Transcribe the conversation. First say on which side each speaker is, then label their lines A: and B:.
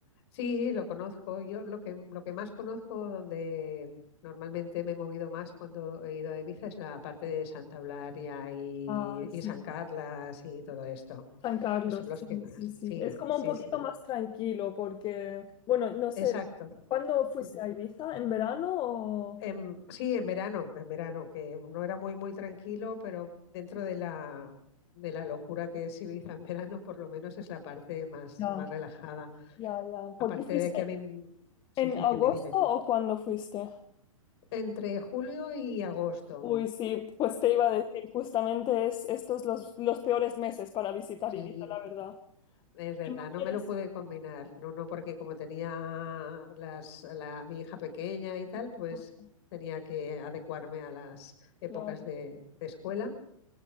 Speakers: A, on the left; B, on the left.
A: Sí, lo conozco. Yo lo que, lo que más conozco, donde normalmente me he movido más cuando he ido a Ibiza, es la parte de Santa Eulalia y,
B: Ah, sí.
A: y San Carlas y todo esto.
B: San Carlos,
A: Esos son los
B: sí,
A: que más.
B: sí, sí.
A: Sí,
B: Es como
A: sí,
B: un poquito
A: sí.
B: más tranquilo porque, bueno, no sé,
A: Exacto.
B: ¿cuándo fuiste
A: Ujú.
B: a Ibiza? ¿En verano o...?
A: Em, sí, en verano, en verano, que no era muy, muy tranquilo, pero dentro de la, de la locura que es Ibiza en verano, por lo menos es la parte más,
B: Ya,
A: más relajada.
B: ya, ya.
A: Aparte
B: ¿Por qué fuiste?
A: de que a mí, sí,
B: ¿En
A: sí,
B: agosto
A: dime, dime.
B: o cuándo fuiste?
A: Entre julio y agosto.
B: Uy, sí, pues te iba a decir, justamente es estos los, los peores meses para visitar
A: Sí,
B: Ibiza, la verdad.
A: es verdad,
B: Si no
A: no
B: quieres,
A: me lo pude combinar, no, no, porque como tenía las, la, mi hija pequeña y tal, pues
B: no,
A: tenía que adecuarme a las épocas
B: claro.
A: de, de escuela,